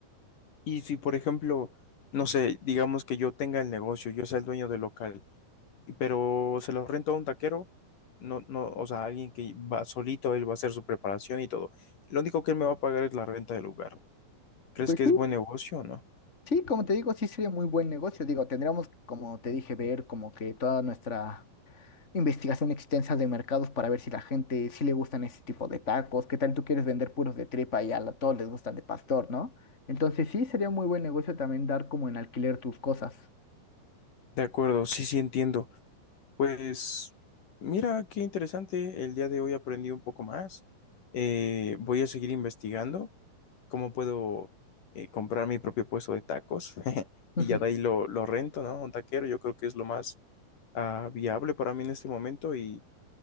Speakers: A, on the left (about 55°); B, on the left (about 20°).
A: Y si, por ejemplo, no sé, digamos que yo tenga el negocio, yo sea el dueño del local. pero se los rento a un taquero, no, no, o sea, alguien que va solito, él va a hacer su preparación y todo. Lo único que él me va a pagar es la renta del lugar. ¿Crees
B: Pues
A: que
B: sí,
A: es buen negocio o no?
B: sí, como te digo, sí sería muy buen negocio. Digo, tendríamos, como te dije, ver como que toda nuestra investigación extensa de mercados para ver si la gente, sí le gustan ese tipo de tacos, qué tal tú quieres vender puros de tripa y a la- todos les gustan de pastor, ¿no? Entonces sí, sería muy buen negocio también dar como en alquiler tus cosas.
A: De acuerdo, sí, sí entiendo. Pues mira, qué interesante, el día de hoy aprendí un poco más. Eh, voy a seguir investigando cómo puedo eh, comprar mi propio puesto de tacos <laughs>
B: <laughs>
A: y ya de ahí lo, lo rento, ¿no? Un taquero, yo creo que es lo más ah, viable para mí en este momento y